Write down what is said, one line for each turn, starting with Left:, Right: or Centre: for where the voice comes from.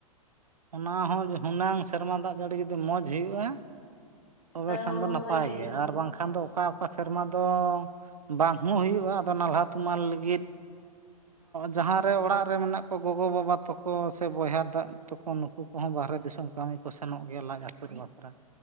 Right: ᱚᱱᱟ ᱦᱚᱸ ᱦᱩᱱᱟᱹᱝ ᱥᱮᱨᱢᱟ ᱫᱟᱜ ᱡᱟᱹᱲᱤ ᱡᱩᱫᱤ ᱢᱚᱡᱽ ᱦᱩᱭᱩᱜᱼᱟ ᱛᱚᱵᱮ
Left: ᱛᱟᱦᱚᱞᱮ
Right: ᱠᱷᱟᱱ
Left: ᱦᱩᱲᱩ
Right: ᱫᱚ
Left: ᱦᱚᱸ
Right: ᱱᱟᱯᱟᱭ
Left: ᱵᱷᱟᱜᱤ
Right: ᱜᱮ ᱟᱨ ᱵᱟᱝᱠᱷᱟᱱ ᱫᱚ ᱚᱠᱟ ᱚᱠᱟ ᱥᱮᱨᱢᱟ ᱫᱚ ᱵᱟᱝ ᱦᱚᱸ ᱦᱩᱭᱩᱜᱼᱟ ᱟᱫᱚ ᱱᱟᱞᱦᱟ ᱛᱩᱢᱟᱹᱞ ᱞᱟᱹᱜᱤᱫ ᱡᱟᱦᱟᱸ ᱨᱮ ᱚᱲᱟᱜ ᱨᱮ ᱢᱮᱱᱟᱜ ᱠᱚᱣᱟ ᱜᱚᱜᱚ ᱵᱟᱵᱟ ᱛᱟᱠᱚ ᱥᱮ ᱵᱚᱭᱦᱟ ᱫᱟ ᱛᱟᱠᱚ ᱱᱩᱠᱩ ᱩᱱᱠᱩ ᱠᱚᱦᱚᱸ ᱵᱟᱦᱨᱮ ᱫᱤᱥᱚᱢ ᱠᱟᱹᱢᱤ ᱠᱚ ᱥᱮᱱᱚᱜ ᱜᱮᱭᱟ ᱞᱟᱡ ᱟᱹᱥᱩᱞ ᱵᱟᱠᱷᱨᱟ